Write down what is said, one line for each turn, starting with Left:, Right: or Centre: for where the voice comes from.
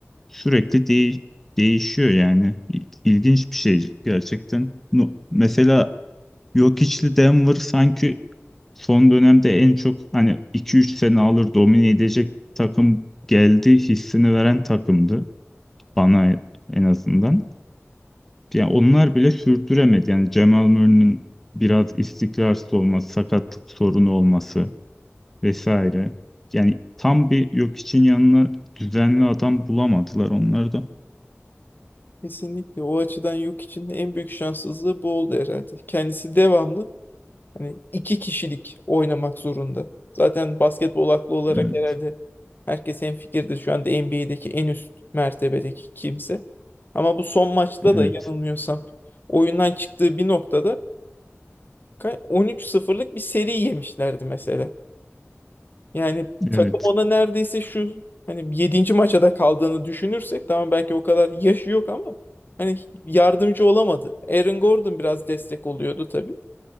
Centre: sürekli deği- değişiyor yani. İl- İlginç bir şey gerçekten. No- mesela Jokic'li Denver sanki son dönemde en çok hani 2-3 sene alır domine edecek takım geldi hissini veren takımdı bana en azından. Yani onlar bile sürdüremedi. Yani Jamal Murray'nin biraz istikrarsız olması, sakatlık sorunu olması vesaire. Yani tam bir yok için yanına düzenli adam bulamadılar onları da.
Left: Kesinlikle o açıdan yok için en büyük şanssızlığı bu oldu herhalde. Kendisi devamlı hani iki kişilik oynamak zorunda. Zaten basketbol aklı olarak
Centre: Evet,
Left: herhalde herkes hemfikirdir şu anda NBA'deki en üst mertebedeki kimse. Ama bu son maçta
Centre: evet.
Left: da yanılmıyorsam oyundan çıktığı bir noktada ka- 13 sıfırlık bir seri yemişlerdi mesela. Yani takım
Centre: evet.
Left: ona neredeyse şu hani yedinci maça da kaldığını düşünürsek tamam belki o kadar yaşı yok ama hani yardımcı olamadı. Aaron Gordon biraz destek oluyordu tabii.